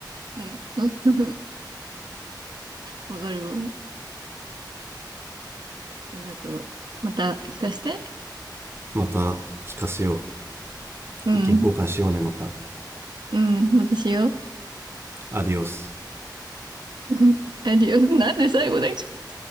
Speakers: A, on the right; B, on the right.
A: うん <laughs> わかるわ。ありがとう。また聞かして。
B: また聞かせよ
A: うん、
B: う。意見交換しようね、また。
A: うん、またしよう。
B: アディオス。
A: <laughs> アディオス。なんで最後だっけ